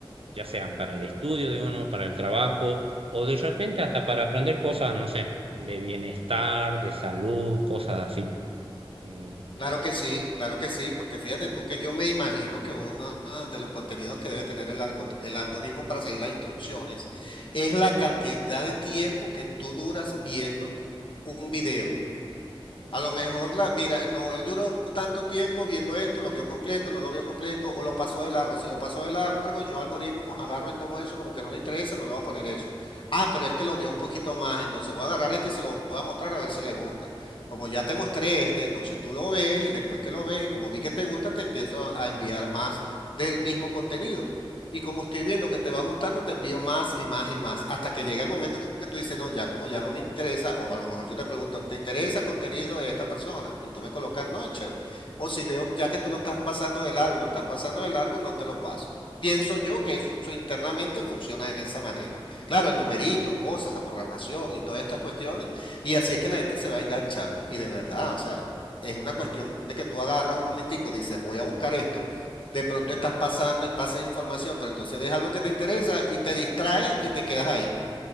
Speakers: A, on the right; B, on the left.
A: ya sea para el estudio de uno, para el trabajo, o de repente hasta para aprender cosas, no sé, de bienestar, de salud, cosas así. Eh,
B: Claro que sí, claro que sí, porque fíjate tú que yo me imagino que uno ah, de los contenidos que debe tener el, algor- el algoritmo para seguir las instrucciones es la cantidad de tiempo que tú duras viendo un video. A lo mejor la, mira, no, él duró tanto tiempo viendo esto, lo vio completo, no lo vio completo, o lo pasó de largo. Si lo pasó de largo, yo algoritmo agarro y tomo eso, como que no le interesa, no le voy a poner eso. Ah, pero este lo vio un poquito más, entonces voy a agarrar este y se lo voy a mostrar a ver si le gusta. Como ya te mostré este, entonces tú lo ves y después que lo ves y como vi que te gusta, te empiezo a a enviar más del mismo contenido. Y como estoy viendo que te va gustando, te envío más y más y más, hasta que llegue el momento en que tú dices, no, ya como ya no me interesa, o a lo mejor yo te pregunto, ¿te interesa contenido de esta persona? Y tú me colocas, no, chévere. O si veo ya que tú lo estás pasando de largo y lo estás pasando de largo, no te lo paso. Pienso yo que eso internamente funciona de esa manera. Claro, en numeritos, cosas, programación y todas estas cuestiones, y así es que la gente se va enganchando. Y de verdad, o sea, es una cuestión de que tú agarras un momentico, dices, voy a buscar esto de pronto estás pasando y pasas información, pero entonces ves algo que te interesa y te distrae y te quedas ahí.